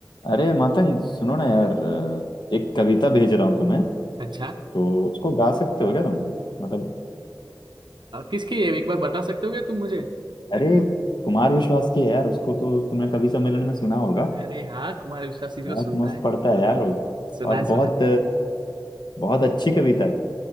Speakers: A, on the left; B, on the right.
A: अरे मतंग सुनो ना यार एक कविता भेज रहा हूँ तुम्हें
B: अच्छा
A: तो उसको गा सकते हो क्या तुम मतलब
B: अ, किसकी है एक बार बता सकते हो क्या तुम मुझे
A: अरे कुमार विश्वास की है यार उसको तो तुमने कवि सम्मेलन में सुना होगा
B: अरे हाँ कुमार विश्वास जी
A: बहुत
B: को सुनता
A: मस्त
B: है
A: पढ़ता है यार वो
B: सुना
A: और
B: है सुना
A: बहुत
B: है
A: बहुत अच्छी कविता है